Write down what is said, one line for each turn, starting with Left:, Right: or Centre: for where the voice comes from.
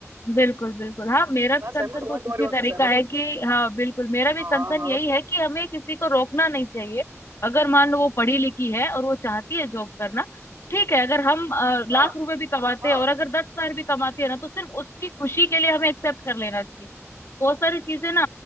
Left: बिल्कुल बिल्कुल हाँ मेरा भी
Right: हाँ सहमत
Left: कंसर्न
Right: हूँ
Left: कुछ
Right: मैं तुम्हारी
Left: इसी
Right: बात
Left: तरीका
Right: से सहमत
Left: है कि हाँ बिल्कुल मेरा भी
Right: हाँ
Left: कंसर्न
Right: हाँ
Left: यही है कि हमें किसी को रोकना नहीं चाहिए अगर मान लो वो पढ़ी लिखी है और वो चाहती है जॉब करना ठीक है अगर हम अ, लाख
Right: हाँ
Left: रुपए भी कमाते
Right: हाँ
Left: हैं और अगर दस हजार भी कमाते हैं ना तो सिर्फ उसकी खुशी के लिए हमें एक्सेप्ट कर लेना चाहिए बहुत सारी चीजें ना